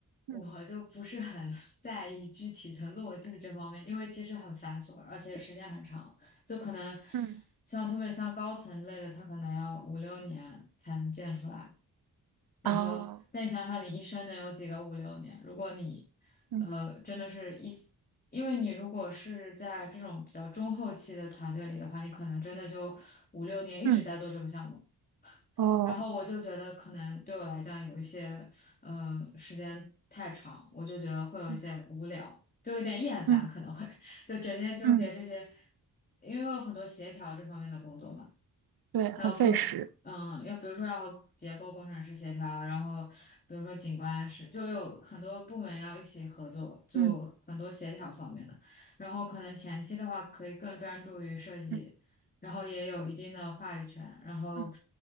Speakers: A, on the right; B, on the left.
A: 嗯
B: 我就不是很 <laughs> 在意具体的落地这方面，因为其实很繁琐，而且时间很长，就可能
A: 嗯
B: 像特别像高层类的，它可能要五六年才能建出来。然后，
A: 啊，
B: 但你想想，你一生能有几个五六年？如果你，
A: 嗯
B: 呃，真的是一，因为你如果是在这种比较中后期的团队里的话，你可能真的就五六年一直在做这个项目。
A: 嗯哦，
B: 然后我就觉得，可能对我来讲有一些，嗯，时间太长，我就觉得会有一些无聊，
A: 嗯
B: 就有点厌烦，
A: 嗯
B: 可能会 <laughs> 就整天纠结这些，
A: 嗯
B: 因为有很多协调这方面的工作嘛。
A: 对，很费时。
B: 还有各个嗯，要比如说要和结构工程师协调，然后比如说景观师，就有很多部门要一起合作，就很多协调方面的。
A: 嗯
B: 然后可能前期的话可以更专注于设计，
A: 嗯
B: 然后也有一定的话语权。然后，
A: 嗯。